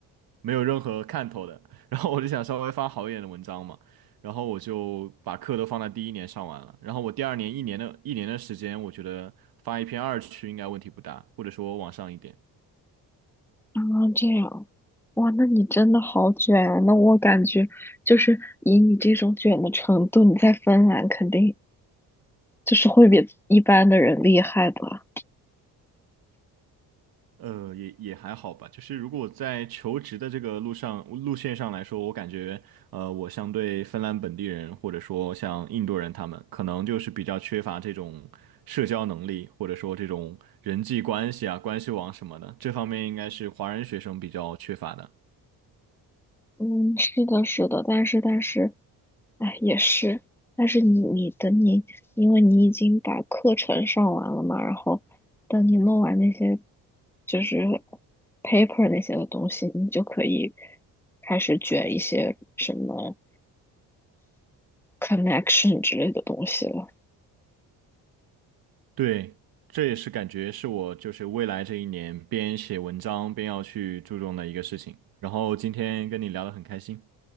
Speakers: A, on the right; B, in the centre.
A: 没有任何看头的。然后我就想稍微发好一点的文章嘛，然后我就把课都放在第一年上完了，然后我第二年一年的一年的时间，我觉得发一篇二区应该问题不大，或者说往上一点，
B: 啊，这样。哇，那你真的好卷啊！那我感觉就是以你这种卷的程度，你在芬兰肯定就是会比一般的人厉害吧？
A: 呃，也也还好吧。就是如果我在求职的这个路上路线上来说，我感觉呃，我相对芬兰本地人或者说像印度人他们，可能就是比较缺乏这种社交能力，或者说这种人际关系啊、关系网什么的，这方面应该是华人学生比较缺乏的。
B: 嗯，是的，是的，但是但是，哎，也是，但是你你等你，因为你已经把课程上完了嘛，然后等你弄完那些就是 paper 那些的东西，你就可以开始卷一些什么 connection 之类的东西了。
A: 对，这也是感觉是我就是未来这一年边写文章边要去注重的一个事情。然后今天跟你聊得很开心。